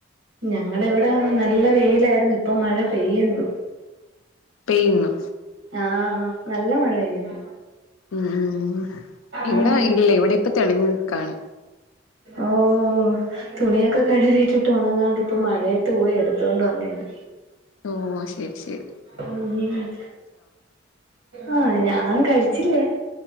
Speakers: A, on the right; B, on the left.
A: ഞങ്ങളെവിടെ നല്ല വെയിലായിരുന്നു ഇപ്പം മഴ പെയ്യുന്നു.
B: പെയ്യുന്നു.
A: ആ നല്ല മഴ പെയ്യണ്.
B: ഉം ഉം ഇവിടെ
A: ഉം
B: ഇല്ല ഇവിടെപ്പ തെളിഞ്ഞു നിക്കാണ്.
A: ഓ. ഓ തുണിയൊക്കെ കഴുകീട്ടിട്ട് ഒണങ്ങാതിപ്പം മഴയേത്ത് പോയി എടുത്തൊണ്ട് വന്നേണ്.
B: ഓ ശെരി ശെരി.
A: ഉം ആ ഞാൻ കഴിച്ചില്ല